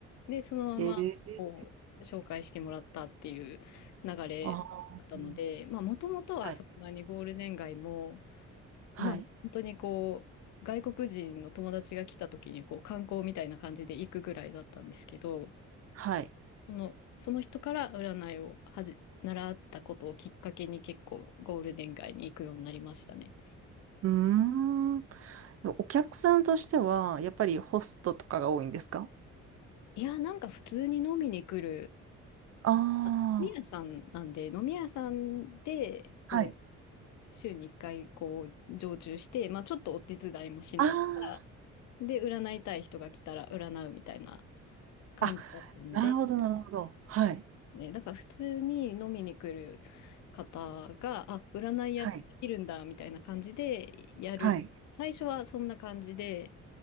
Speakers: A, on the left; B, on the right.
A: で、そのままこう紹介してもらったっていう流れだったので、
B: へえ、ああ、
A: まあ、もともとはそんなにゴールデン街も、
B: はい、はい、
A: まあ、本当にこう、外国人の友達が来た時にこう観光みたいな感じで行くぐらいだったんですけど、
B: はい。
A: その、その人から占いをはじ、習ったことをきっかけに結構ゴールデン街に行くようになりましたね。
B: うーん。お客さんとしては、やっぱりホストとかが多いんですか
A: いや、なんか普通に飲みに来る
B: ああ、
A: 飲み屋さんなんで、飲み屋さんで、
B: はい。
A: こう、週に1回、こう、常駐して、まあ、ちょっとお手伝いもしながら、
B: あ
A: で、占いたい人が来たら占うみたいな感じだったので、
B: あ、あ、なるほど、なるほど。はい、
A: ね、だから普通に飲みに来る方が、あ、占いやってできるんだ、
B: はい、
A: みたいな感じでやる。
B: はい。
A: 最初はそんな感じで、